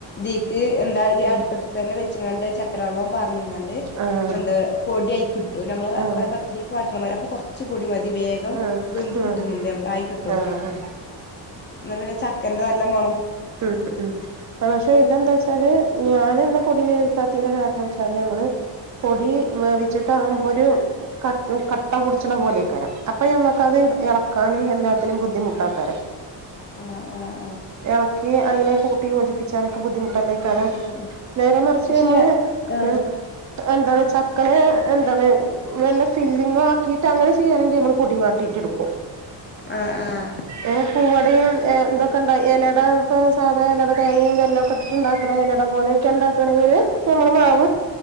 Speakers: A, on the left (about 25°); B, on the right (about 40°).
A: തീക്ക് എന്താ കി
B: ഉം
A: അടുപ്പത്ത് തന്നെ വെച്ച്ങ്ങാണ്ട് ചക്കര വെള്ളം പാർന്ന്ങ്ങാ <inaudible>
B: ആഹ്
A: പന്താ പൊടി അയ്ക്ക്ട്ടു നമ്മള്
B: ആഹ്
A: പ പ ത്തിരിക്ക് വാട്ടണമാരി അപ്പൊ കൊർച്ച് പൊടി മതി വേഗം
B: ആഹ്
A: വെന്ത്
B: ആഹ്
A: കിട്ടുന്നുണ്ട് ആയി കിട്ടും
B: ആഹ്
A: എന്നാ പിന്നെ ചക്കന്റെ നല്ല മണം
B: ഉംഉം പക്ഷെ ഇതെന്താച്ചാല് ഞാന് ന്താ പൊടി വേവിക്കാത്തിന്റെ കാരണം ച് ചാല് നമ്മള് പൊടി വേവിച്ചിട്ടാകുമ്പൊരു ക കട്ടപൊടിച്ച്ണ പോലെയക്കാരം അപ്പൊ ഞമ്മക്കത് എളക്കാനും എല്ലാത്തിനും ബുദ്ധിമുട്ടാകരം
A: <inaudible> ആഹ്
B: എളക്കി അയിനെ കൂട്ടി യോജിപ്പിച്ചാനൊക്കെ ബുദ്ധിമുട്ടല്ലേ കരം
A: ആഹ്
B: നേരെ മറിച്ച്
A: പക്ഷെ
B: ഞമ്മള്
A: ആഹ്
B: ഏഹ് എന്താണ് ചക്കനെ എന്താണ് വല്ല ഫില്ലിങ്ങോ ആക്കിട്ടങ്ങനെ ചെയ്യാണെങ്കി നമ്മള് പൊടി വാട്ടീട്ടെടുക്കും
A: ആഹ് ആഹ്
B: ഏഹ് പൂവടയും എ ന്തൊക്കെണ്ട എലടാ പ്പം സാദാ എലട തേങ്ങയും വെല്ലൊക്ക ട്ട്ട്ട്ണ്ടാക്ക്‌ണ എലട പോലെക്കെ ണ്ടാക്കാണെങ്കില് നമ്മള് മാവ്